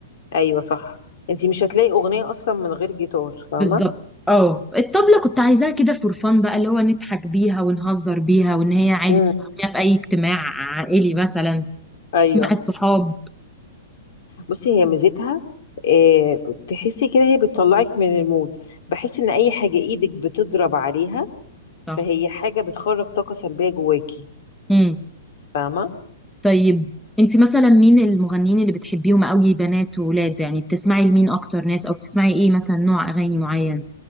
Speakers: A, on the left (about 65°); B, in the centre.
A: ايوه صح انتي مش هتلاقي اغنية اصلا من غير جيتار فاهمة
B: بالظبط اه الطبله كنت عايزاها كده فور فن بقى اللي هو نضحك بيها ونهزر بيها وان هي عادي
A: امم
B: تستخدميها في اي اجتماع عائلي مثلا
A: ايوه
B: مع الصحاب
A: بصي هي ميزتها آه، تحسي كده هي بتطلعك من المود بحس ان اي حاجة ايدك بتضرب عليها
B: صح
A: فهي حاجة بتخرج طاقة سلبية جواكي
B: امم
A: فاهمة
B: طيب انت مثلا مين المغنيين اللي بتحبيهم قوي بنات وولاد يعني بتسمعي لمين اكتر ناس او بتسمعي ايه مثلا نوع اغاني معين